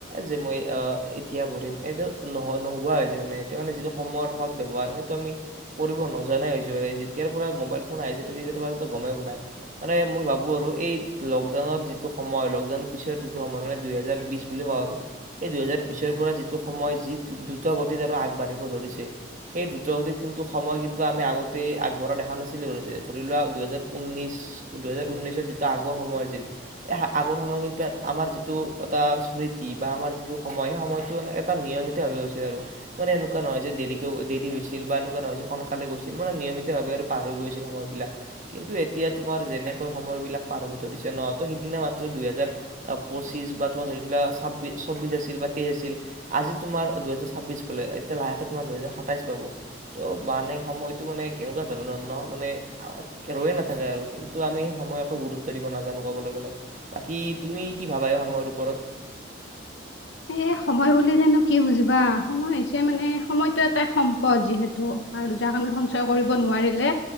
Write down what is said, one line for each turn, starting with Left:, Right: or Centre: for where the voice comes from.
Right: যে মই আহ এতিয়া পঢ়িম এইটো নহয় নোহোৱা হৈছে মানে এতিয়া মানে যিটো সময়ৰ সদ্ ব্যৱহাৰ সেইটো আমি কৰিব নজানাই হয়ছো যেতিয়া মোবাইল ফোন আহি গমও নাই মানে মই ভাবো আৰু এই লকডাউনৰ যিটো সময় মই লকডাউনৰ পিছৰ যিটো সময় মানে দুই হেজাৰ বিছ বুলি কওঁ আৰু এই দুইহেজাৰ বিছৰ পৰা যিটো সময় যি দ্ৰুত গতিত আৰু আগবাঢ়িব ধৰিছে সেই দ্ৰুত গতিত কিন্তু সময় কিন্তু আমি আগতেই আগবঢ়া দেখা দেখা নাছিলো ধৰি লোৱা দুই হেজাৰ ঊনৈশ দুই হেজাৰ ঊনৈশৰ যিটো আগৰ সময় আছিল আগৰ সময় কিন্তু আমাৰ যিটো এটা স্মৃতি বা আমাৰ যিটো সময় সেই সময়তটো মানে এটা নিয়মিত গৈছিল আৰু। মানে এনেকুৱা নহয় যে দেৰিকে দেৰি হৈছিল বা এনেকুৱা নহয় যে, সোনকালে গৈছিল মানে নিয়মিতভাৱে পাৰ হৈ গৈছিল সময়বিলাক। কিন্তু এতিয়া তোমাৰ যেনেকৈ সময়বিলাক পাৰ হ'ব ধৰিছে ন! ত' সিদিনা দুহেজাৰ পঁচিছ বা তোমাৰ ধৰি লোৱা ছাব্বিশ-চৌবিশ আছিল বা তেইশ আছিল। আজি তোমাৰ দুহেজাৰ-ছাব্বিশ পালে। এতিয়া লাহেকে তোমাৰ দুহেজাৰ-সাতাইশ পাব। ত মানে সময়তো মান কেনেকুৱা ধৰণৰ ন? মানে ৰৈয়ে নাথাকে আৰু। কিন্তু আমি সময়ক একো গুৰুত্ব দিব নাজানো ক'বলৈ গ'লে। বাকী তুমি কি ভাবা? এই সময়ৰ ওপৰত
Left: <inaudible> এ সময় বুলিলেনো কি বুজিবা! সময় হৈছে মানে, সময়টো এটা সম্পদ যিহেতু আৰু যাক আমি সঞ্চয় কৰিব নোৱাৰিলে,